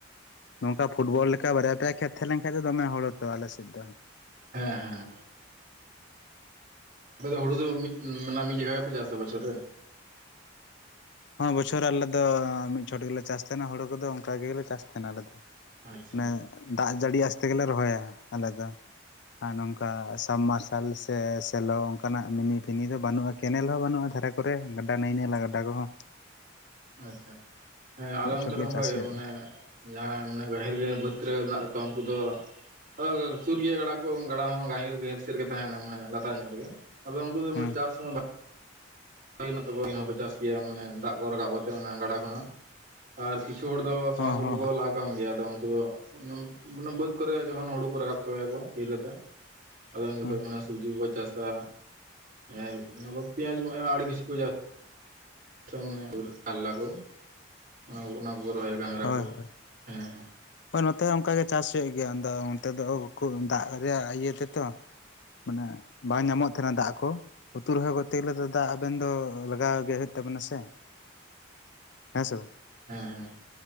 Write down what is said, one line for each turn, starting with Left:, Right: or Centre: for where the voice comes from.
Left: ᱱᱚᱝᱠᱟ ᱯᱷᱩᱴᱵᱚᱞ ᱞᱮᱠᱟ ᱵᱟᱨᱭᱟ ᱯᱮᱭᱟ ᱠᱷᱮᱛ ᱛᱟᱦᱮᱸ ᱞᱮᱱ ᱠᱷᱟᱡ ᱫᱚ ᱫᱚᱢᱮ ᱦᱚᱲ ᱫᱚ ᱟᱞᱮ ᱥᱮᱫ ᱫᱚ
Right: ᱦᱮᱸ ᱦᱮᱸ ᱟᱯᱮ ᱫᱚ ᱦᱩᱲᱩ ᱫᱚ ᱢᱤᱫ ᱢᱟᱱᱮ ᱢᱤᱫ ᱡᱮᱠᱷᱟ ᱜᱮᱯᱮ ᱪᱟᱥᱟ ᱵᱚᱪᱷᱚᱨ ᱨᱮ
Left: ᱦᱚᱸ ᱵᱚᱪᱷᱚᱨ ᱨᱮ ᱟᱞᱮ ᱫᱚ ᱢᱤᱫ ᱪᱷᱚᱴ ᱜᱮᱞᱮ ᱪᱟᱥ ᱛᱟᱦᱮᱱᱟ ᱦᱩᱲᱩ ᱠᱚᱫᱚ ᱚᱱᱠᱟ ᱜᱮᱞᱮ ᱪᱟᱥ ᱛᱟᱦᱮᱱᱟ ᱟᱞᱮ ᱫᱚ
Right: ᱟᱪᱪᱷᱟ
Left: ᱢᱟᱱᱮ ᱫᱟᱜ ᱡᱟᱲᱤ ᱟᱥ ᱛᱮᱜᱮᱞᱮ ᱨᱚᱦᱚᱭᱟ ᱟᱞᱮ ᱫᱚ ᱟᱨ ᱱᱚᱝᱠᱟ ᱥᱟᱢᱢᱟᱨᱥᱟᱞ ᱥᱮ ᱥᱮᱞᱚ ᱚᱱᱠᱟᱱᱟᱜ ᱢᱤᱱᱤ ᱯᱷᱤᱱᱤ ᱫᱚ ᱵᱟᱱᱩᱜᱼᱟ ᱠᱮᱱᱮᱞ ᱦᱚᱸ ᱵᱟᱱᱩᱜᱼᱟ ᱫᱷᱟᱨᱮ ᱠᱚᱨᱮ ᱜᱟᱰᱟ ᱱᱟᱹᱭ ᱱᱟᱞᱟ ᱜᱟᱰᱟ ᱠᱚᱦᱚᱸ
Right: ᱟᱪᱪᱷᱟ ᱦᱮᱸ ᱟᱞᱮ
Left: ᱢᱤᱫ
Right: ᱚᱱᱛᱮ
Left: ᱪᱷᱚᱴ
Right: ᱨᱮ
Left: ᱜᱮ
Right: ᱦᱚᱸ ᱚᱱᱠᱟᱜᱮ
Left: ᱪᱟᱥ ᱦᱩᱭᱩᱜᱼᱟ
Right: ᱢᱟᱱᱮ ᱡᱟᱦᱟᱸᱭ ᱢᱟᱱᱮ <unintelligible> ᱵᱟᱹᱫᱽ ᱨᱮ ᱢᱮᱱᱟᱜ ᱛᱟᱠᱚᱣᱟ ᱩᱱᱠᱩ ᱫᱚ <unintelligible> ᱥᱩᱨ ᱜᱮᱭᱟ ᱜᱟᱰᱟ ᱠᱚ ᱜᱟᱰᱟ ᱦᱚᱸ ᱜᱟᱦᱤᱨ ᱜᱟᱹᱦᱤᱨ ᱥᱮᱫ ᱨᱮᱜᱮ ᱛᱟᱦᱮᱱᱟ ᱢᱟᱱᱮ ᱞᱟᱛᱟᱨ ᱧᱚᱜ ᱨᱮᱜᱮ ᱟᱫᱚ ᱩᱱᱠᱩ ᱫᱚ ᱢᱟᱱᱮ
Left: ᱦᱮᱸ
Right: ᱪᱟᱥ ᱦᱚᱸ <unintelligible> ᱦᱚᱠᱚ ᱪᱟᱥ ᱜᱮᱭᱟ ᱢᱟᱱᱮ ᱫᱟᱜ ᱠᱚ ᱨᱟᱠᱟᱵ ᱠᱟᱛᱮᱫ ᱚᱱᱟ ᱜᱟᱰᱟ ᱠᱷᱚᱱᱟᱜ ᱟᱨ ᱠᱤᱪᱷᱩ ᱦᱚᱲ ᱫᱚ <unintelligible>
Left: ᱦᱚᱸ
Right: ᱞᱟᱜ ᱠᱟᱱ ᱜᱮᱭᱟ ᱟᱫᱚ ᱩᱱᱠᱩ ᱫᱚ ᱚᱱᱮ ᱵᱟᱹᱫᱽ ᱠᱚᱨᱮ ᱡᱚᱠᱷᱚᱱ ᱦᱩᱲᱩ ᱠᱚ ᱨᱟᱠᱟᱵ ᱪᱟᱵᱟᱭᱟᱠᱚ ᱤᱨ ᱠᱟᱛᱮᱫ ᱟᱫᱚ ᱩᱱ ᱡᱚᱠᱷᱚᱱ
Left: ᱦᱚᱸ
Right: ᱢᱟᱱᱮ ᱥᱚᱵᱡᱤ ᱠᱚᱠᱚ ᱪᱟᱥᱟ ᱮᱫ ᱚᱱᱟ ᱠᱚ ᱯᱮᱭᱟᱡ ᱟᱹᱰᱤ ᱠᱤᱪᱷᱩ ᱠᱚ ᱪᱟ ᱥᱟ ᱢᱟᱱᱮ ᱠᱟᱞᱞᱟ ᱠᱚ ᱚᱱᱟ ᱚᱱᱟ ᱠᱚ ᱨᱚᱦᱚᱭᱟ ᱜᱷᱟᱸᱜᱽᱨᱟ
Left: ᱦᱳᱭ
Right: ᱠᱚ
Left: ᱦᱳᱭ
Right: ᱦᱮᱸ ᱦᱮᱸ
Left: ᱦᱳᱭ ᱱᱚᱛᱮ ᱦᱚᱸ ᱚᱱᱠᱟᱜᱮ ᱪᱟᱥ ᱦᱩᱭᱩᱜ ᱜᱮᱭᱟ ᱟᱫᱚ ᱚᱱᱛᱮ ᱫᱚ ᱠᱷᱩᱵ ᱫᱟᱜ ᱨᱮᱭᱟᱜ ᱤᱭᱟᱹ ᱛᱮᱛᱚ ᱢᱟᱱᱮ ᱵᱟᱝ ᱧᱟᱢᱚᱜ ᱛᱟᱦᱮᱱᱟ ᱫᱟᱜ ᱠᱚ ᱩᱛᱩ ᱨᱚᱦᱚᱭ ᱠᱚᱨᱛᱮ ᱜᱮᱞᱮ ᱫᱚ ᱫᱟᱜ ᱟᱵᱮᱱ ᱫᱚ ᱞᱟᱜᱟᱣ ᱜᱮ ᱦᱩᱭᱩᱜ ᱛᱟᱵᱮᱱᱟ ᱥᱮ
Right: <inaudible>
Left: ᱦᱮᱸ ᱥᱮ ᱵᱟᱝ
Right: ᱦᱮᱸ ᱦᱮᱸ